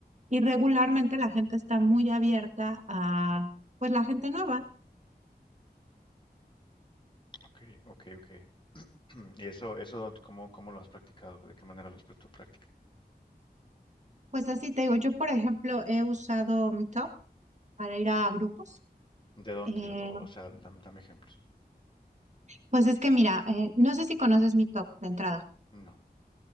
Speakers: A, on the right (about 45°); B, on the left (about 30°).
A: Y regularmente la gente está muy abierta a, pues la gente nueva.
B: Ok, ok, ok. <clears throat> ¿Y eso, eso cómo, cómo lo has practicado? ¿De qué manera lo has puesto en práctica?
A: Pues así te digo, yo por ejemplo he usado Meetup para ir a grupos.
B: ¿De dónde?
A: Eh,
B: O, o sea, dam- dame, ejemplos.
A: pues es que mira, eh, no sé si conoces Meetup de entrada.
B: No.